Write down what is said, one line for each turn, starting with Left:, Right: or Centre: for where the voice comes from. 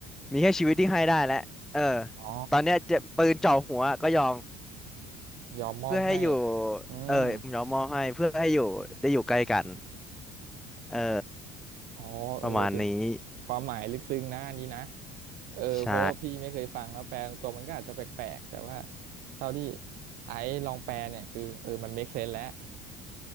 Centre: มีแค่ชีวิตที่ให้ได้แล้วเออ
Right: อ๋อ
Centre: ตอนเนี้ยจะปืนจ่อหัวก็ยอม
Right: ยอมมอบให้
Centre: เพื่อให้อยู่
Right: อืม
Centre: เออยอมมอบให้เพื่อให้อยู่ได้อยู่ใกล้กันเออ
Right: อ๋อเออเป็น
Centre: ประมาณนี้
Right: ความหมายลึกซึ้งนะอันนี้นะเออเพราะว่าพี่ไม่เคยฟังแล้วแปลตัวมันก็อาจจะแปลกๆแต่ว่า
Centre: ใช่
Right: เท่าที่ไอ้ลองแปลเนี่ยคือเออมัน make sense แล้ว